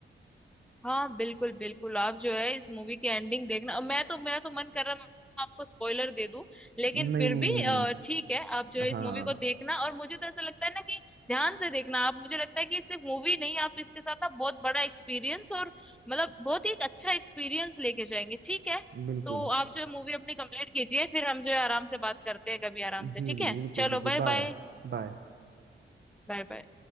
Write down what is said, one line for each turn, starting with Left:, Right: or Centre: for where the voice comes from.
Centre: हाँ बिल्कुल बिल्कुल आप जो है इस मूवी की एंडिंग देखना और मैं तो मेरा तो मन कर रहा है मैं आपको स्पॉइलर दे दूं लेकिन
Right: नहीं
Centre: फिर
Right: नहीं
Centre: भी
Right: नहीं
Centre: अ,
Right: नहीं
Centre: ठीक है आप जो है इस
Right: हाँ
Centre: मूवी को देखना और मुझे तो ऐसा लगता है ना कि ध्यान से देखना आप मुझे लगता है कि सिर्फ मूवी नहीं आप इसके साथ आप बहुत बड़ा एक्सपीरियंस और मतलब बहुत ही एक अच्छा एक्सपीरियंस लेके जाएंगे ठीक है
Right: बिल्कुल
Centre: तो आप जो है मूवी अपनी कंप्लीट कीजिए फिर हम जो है आराम से बात करते हैं कभी आराम से
Right: जी
Centre: ठीक
Right: जी
Centre: है
Right: बिल्कुल
Centre: चलो
Right: बिल्कुल
Centre: बाय
Right: बाय
Centre: बाय
Right: बाय
Centre: बाय बाय